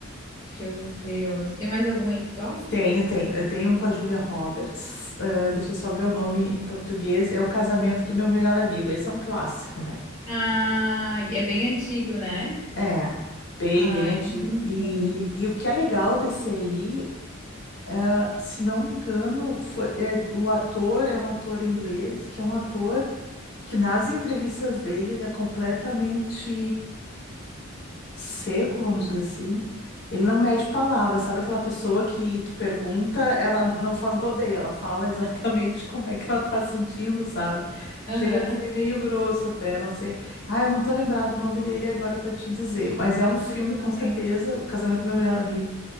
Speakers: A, on the left; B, on the left.
A: Deixa eu ver outro. Tem mais algum aí que tu gosta?
B: Tenho, tenho. Eu tenho um com a Julia Roberts. eh, deixa eu só ver o nome em português. É O Casamento do Meu Melhor Amigo. Esse é um clássico, né?
A: Ah, é bem antigo, né?
B: É, bem,
A: Ah,
B: bem
A: é
B: antigo.
A: muito bonitinho.
B: E, e o que é legal desse aí, ah, se não me engano, foi, é, o ator é um ator inglês, que é um ator que nas entrevistas dele ele é completamente seco, vamos dizer assim, ele não mede palavras, sabe aquela pessoa que tu pergunta, ela não faz rodeio, ela fala exatamente <laughs> como é que ela tá sentindo, sabe? Chega
A: Aham.
B: a ser meio grosso até, não sei. Ah, eu não tô lembrado o nome dele agora pra te dizer, mas é um filme
A: Eu
B: com
A: não
B: certeza,
A: lembro.
B: O Casamento do Meu Melhor Amigo,